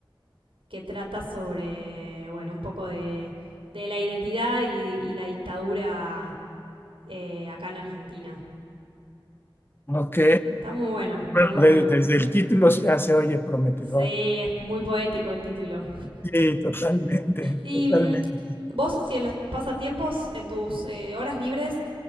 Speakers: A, on the right (about 85°); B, on the left (about 25°).
A: que trata sobre, bueno, un poco de, de la identidad y, y la dictadura eh, acá en Argentina.
B: ok.
A: Está muy bueno, está
B: Bueno,
A: muy bueno.
B: de- desde el título ya se oye prometedor.
A: Sí, es muy poético el título.
B: Sí, totalmente,
A: Y
B: totalmente.
A: mm, vos, si en los pasatiempos, en tus eh, horas libres,